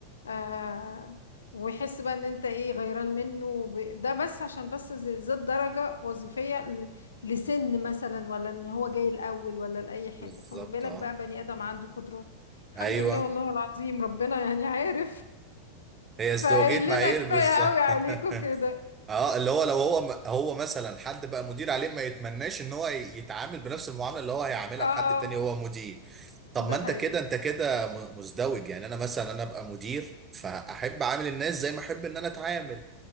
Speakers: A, on the left; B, on the right.
A: آه ويحس بقى ان انت ايه غيران منه وب- ده بس عشان بس ز- زاد درجة وظيفية ل- لسن مثلا ولا ان هو جاي الاول ولا لاي حاجة
B: بالظبط
A: فما بالك
B: اه
A: بقى بني ادم عنده قدرات الحمد
B: ايوه
A: لله والله العظيم ربنا يعني عارف
B: هي ازدواجية
A: فقايل
B: معايير
A: لنا كفاية
B: بالظبط
A: قوي عليكم
B: <laughs>
A: كده
B: اه اللي هو لو هو هو مثلا حد بقى مدير عليه ما يتمناش ان هو يتعامل بنفس المعاملة اللي هو هيعاملها
A: اه
B: لحد تاني هو مدير طب
A: ده
B: ما انت
A: حقيقي
B: كده انت كده م- مزدوج يعني انا مثلا انا ابقى مدير فاحب اعامل الناس زي ما احب ان انا اتعامل